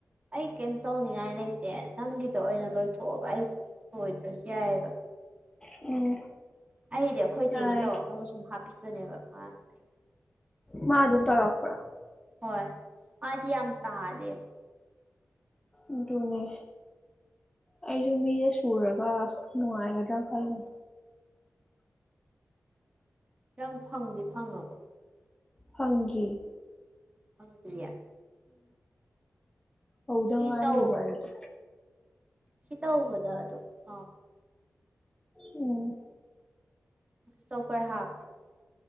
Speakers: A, on the right; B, on the left.
A: ꯑꯩ ꯀꯦꯟꯟ ꯇꯧꯅꯤꯥꯏ ꯂꯩ ꯑꯦ ꯅꯪꯒꯤꯗ ꯑꯣꯏꯅ ꯂꯣꯏꯊꯣꯛꯑꯕ ꯑꯩꯒꯤ ꯂꯣꯏꯗ꯭ꯔꯁꯨ ꯌꯥꯏꯑꯕ
B: ꯎꯝ
A: ꯑꯩꯗꯤ ꯑꯩꯈꯣꯏ
B: ꯌꯥꯏ
A: ꯆꯦꯒꯤ ꯇꯧꯔꯛꯅꯕ ꯁꯨꯝ ꯍꯥꯞꯄꯤꯕꯅꯦꯕ ꯃꯥꯅ ꯑꯩꯅ
B: ꯃꯥ ꯑꯗꯨꯝ ꯇꯧꯔꯛꯄ
A: ꯍꯣꯏ ꯑꯗꯤ ꯌꯥꯝ ꯇꯥꯔꯦ
B: ꯑꯗꯨꯅꯦ ꯑꯩꯁꯨ ꯃꯤꯁꯦ ꯁꯨꯔꯒ ꯅꯨꯡꯉꯥꯏꯒꯗ꯭ꯔꯅ ꯈꯜꯂꯨ
A: ꯅꯪ ꯐꯪꯗꯤ ꯐꯪꯉꯕ
B: ꯐꯪꯉꯦ
A: ꯍꯌꯥ
B: ꯍꯧꯗ
A: ꯁꯤꯇꯧ
B: ꯉꯥꯏꯔꯤꯕ ꯑꯩꯗꯣ
A: ꯁꯤꯇꯧꯕꯗ ꯑꯣ
B: ꯎꯝ
A: ꯁꯣꯄꯔ ꯍꯥ꯭ꯔ